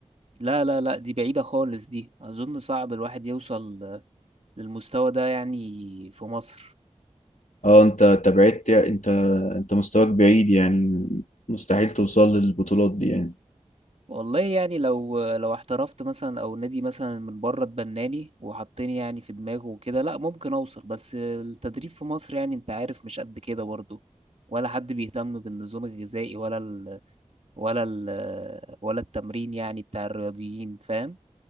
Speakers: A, on the right; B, on the left.
A: لا لا لا دي بعيدة خالص دي اظن صعب الواحد يوصل للمستوى ده يعني في مصر
B: اه انت انت بعدت انت انت مستواك بعيد يعني مستحيل توصل للبطولات دي يعني
A: والله يعني لو لو احترفت مثلا او نادي مثلا من بره اتبناني وحطني يعني في دماغه وكده لا ممكن اوصل بس التدريب في مصر يعني انت عارف مش قد كده برضه ولا حد بيهتم بالنظام الغذائي ولا ال ولا ال ولا التمرين يعني بتاع الرياضيين فاهم